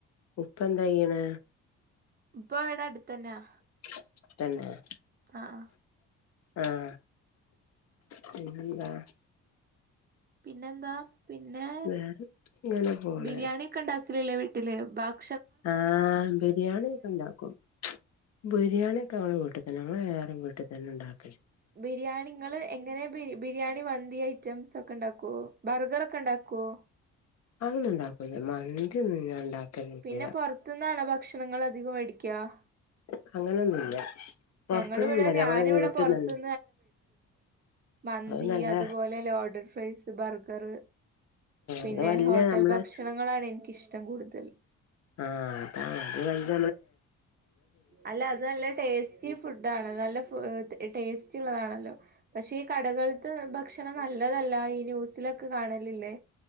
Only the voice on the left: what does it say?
ഉപ്പ എന്താ ചെയ്യണ്?
<unintelligible>
ആഹ <inaudible> പിന്നെന്താ
വേറെ ഇങ്ങനെ പോണ
ആഹ ബിരിയാണിെ ഉണ്ടാക്കും ബിരിയാണി ഞങ്ങ വീട്ടിൽ തന്നെ <unintelligible> വീട്ടിൽന്ന ഉണ്ടാക്കും
അങ്ങനെ ഉണ്ടാക്കുല്ല മന്തി നിന്നാൻ ഉണ്ടാക്കലില്ല
<inaudible> പൊറത്ത്ന്നൊന്നല്ല
ഞങ്ങളെ
വീട്ടിന്നന്നെ
അത് നല്ല
അത് വല്യ
നമ്മളെ
ആ <unintelligible>